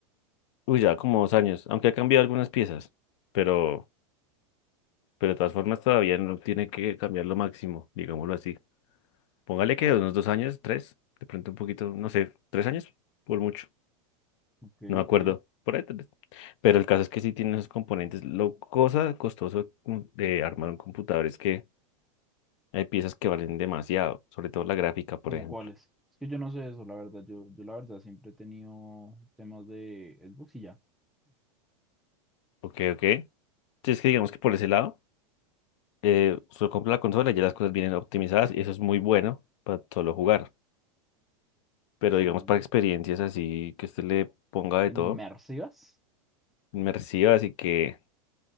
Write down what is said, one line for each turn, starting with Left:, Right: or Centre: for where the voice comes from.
Left: uy, ya como dos años, aunque ha cambiado algunas piezas, pero... Pero de todas formas todavía no tiene que cambiar lo máximo, digámoslo así. Póngale que unos dos años, tres, de pronto un poquito, no sé, tres años, por mucho,
Centre: Ok,
Left: no me
Centre: ok.
Left: acuerdo, por ahí tres. Pero el caso es que sí tiene esos componentes. Lo cosa costoso cu- de armar un computador es que hay piezas que valen demasiado, sobre todo la gráfica, por
Centre: ¿Cómo
Left: ejemplo.
Centre: cuáles? Es que yo no sé eso, la verdad. Yo, yo la verdad siempre he tenido temas de Xbox y ya.
Left: Ok, ok. Si es que digamos que por ese lado, eh, solo compra la consola y ya las cosas vienen optimizadas y eso es muy bueno para solo jugar. Pero
Centre: Sí.
Left: digamos para experiencias así que usted le ponga de todo.
Centre: ¿Inmersivas?
Left: me reciba, así que